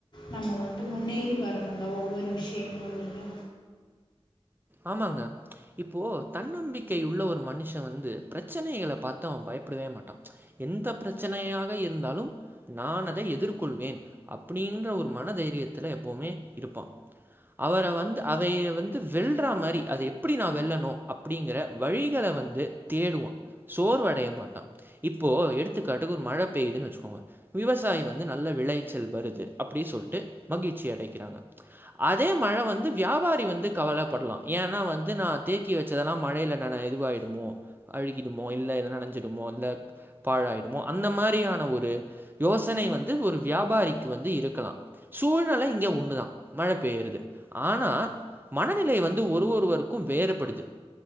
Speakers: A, on the left; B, on the right.
A: நம்ம வந்து முன்னேறி வரணுங்க ஒவ்வொரு விஷ்யங்கள்லையு
B: ஆமாங்க இப்போ தன்னம்பிக்கை உள்ள ஒரு மனுஷ வந்து ப்ரச்சனைகள பாத்து அவ பயப்படவே மாட்டா எந்த ப்ரச்சனையாக இருந்தாலு நா அதை எதிர்கொள்வே அப்டின்ற ஒரு மனதைரியத்துல எப்வுமே இருப்பா அவர வந்து அவை வந்து வெல் றா மாரி அதை எப்டி நா வெல்லணு அப்டிங்கற வழிகள வந்து தேடுவா சோர்வடைய மாட்டா இப்போ எடுத்துக்கட்டுக்கு ஒரு மழ பெய்துன்னு வச்சுக்கோங் விவசாயி வந்து நல்ல விளைச்சல் வருது அப்டி சொல்ட்டு மகிழ்ச்சி அடைக்கிறாங்க அதே மழ வந்து வியாபாரி வந்து கவலப்பட் டுலா ஏன்னா வந்து நா தேக்கி வச்சதெல்லா மழையில நன இதுவாயிடுமோ அழுகிடுமோ இல்ல ஏது நெனஞ்சிடுமோ இல்ல பாழாயிடுமோ அந்த மாதிரியான ஒரு யோசனை வந்து ஒரு வியாபாரிக்கு வந்து இருக்கலா சூழ்நெல இங்க ஒன்னுதா மழ பெய்யுரது ஆனா மனநிலை வந் து ஒரு ஒருவர்க்கு வேறுப்படுது